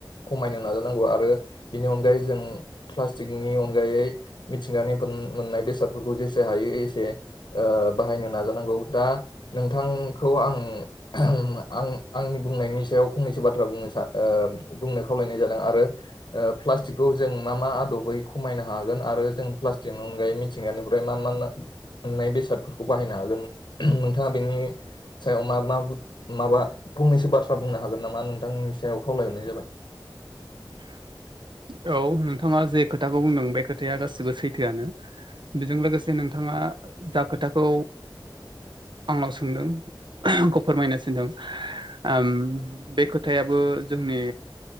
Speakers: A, on the left; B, on the right.
A: खमायनो नाजानांगौ आरो बेनि अनगायै जों प्लास्टिकनि अनगायै मिथिंगानिफोर मोननाय बेसादफोरखौ जेसे हायो एसे ओ बाहायनो नाजानांगौ दा नोंथांखौ आं आं आंनि बुंनायनि सायाव फंनैसो बाथ्रा बुंनो ओ बुंनो खावलायनाय जादों आरो ओ प्लास्टिकखौ जों मा मा आदबै खमायनो हागोन आरो जों प्लास्टिकनि अनगायै मिथिंगानिफ्राय मा मा मोननाय बेसादफोरखौ बाहायनो हागोन नोंथाङा बेनि सायाव मा मा माबा फंनैसो बाथ्रा बुंनो हागोन नामा नोंथांनि सायाव खावलायहरनाय जाबाय
B: <inaudible> औ नोंथाङा जे खोथाखौ बुंदों बे खोथाया गासिबो सैथोआनो बेजों लोगोसे नोंथाङा जा खोथाखौ आंनाव सोंदों आंखौ फोरमायनो सिन्दों ओम बे खोथायाबो जोंनि